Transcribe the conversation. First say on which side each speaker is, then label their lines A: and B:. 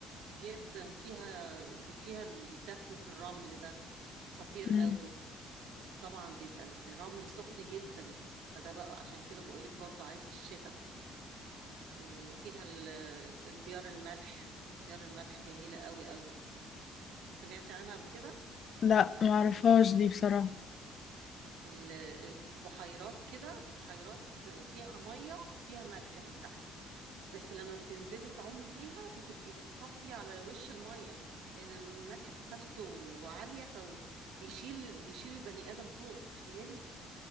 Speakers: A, on the right (about 75°); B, on the left (about 55°).
A: جدا فيها دي فيها الدفن في الرمل ده خطير
B: مم.
A: قوي بس طبعا بيبقى الرمل سخن جدا فده بقى عشان كده بقول لك برضو عايز الشتاء آه، فيها ال- البيار الملح بيار الملح جميلة قوي قوي سمعتي عنها قبل كده
B: لا ما اعرفهاش دي بصراحه
A: ال- بحيرات كده بحيرات فيها مية وفيها ملح من تحت بس لما بتنزلي تعومي فيها بتبقي طافية على وش المية لأن الملح كثافته عالية فبيشيل بيشيل البني آدم فوق تخيلي